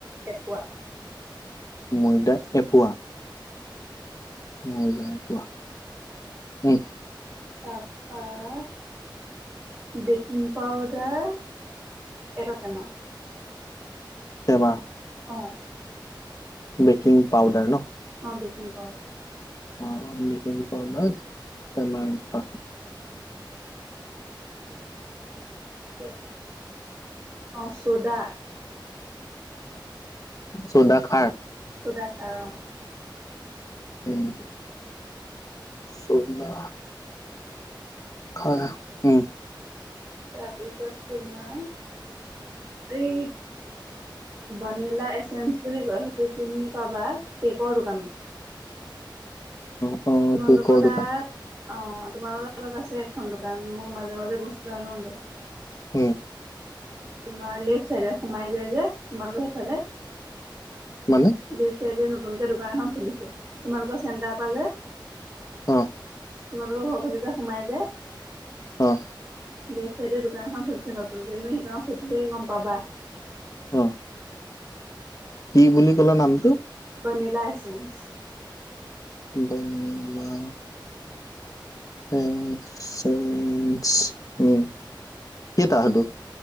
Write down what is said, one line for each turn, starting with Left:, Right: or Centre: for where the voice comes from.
Right: এপোৱা।
Left: ময়দা এপোৱা।
Right: অ'।
Left: ময়দা এপোৱা, উম।
Right: তাৰপৰা বেকিং পাউদাৰ এটা টেমা।
Left: টেমা।
Right: অ'।
Left: বেকিং পাউডাৰ ন'।
Right: অ' বেকিং পাউডাৰ।
Left: অ', অ', বেকিং পাউডাৰ টেমা এটা।
Right: তাৰপিছত কি আছিলে অ' চোদা।
Left: চৌদা খাৰ।
Right: চৌদা খাৰ অ'।
Left: উম, চৌদা। খাৰ উম।
Right: তাৰপিছত তোমাৰ এই ভনিলা এচেঞ্চ বুলি কয় সেইটো তুমি পাবা কেকৰ দোকানত।
Left: অ'।
Right: তোমালোকৰ
Left: কেকৰ
Right: তাত
Left: দোকান
Right: অ' তোমাৰ লগত তাত আছে এখন দোকান মই মাজে মাজে বস্তু আনোগে।
Left: উম।
Right: তোমাৰ লেফ্ট চাইডে সোমাই যায় যে তোমালোকৰ সেইফালে।
Left: মানে
Right: লেফ্ট চাইডে নতুনকে দোকান এখন খুলিছে তোমালোকৰ চেটাৰ পৰা যে।
Left: অ'।
Right: তোমালোকৰ ঘৰ ফালে যে সোমাই যায়।
Left: অ'।
Right: লেফ্ট চাইডে দোকান এখন খুলিছে নতুনকে তুমি সেইখনক সুধিলে গ'ম পাবা।
Left: অ'। কি বুলি ক'লা নামটো?
Right: ভনিলা এচেঞ্চ।
Left: বনিলা এচেঞ্চ উম, কেইটা সেটো।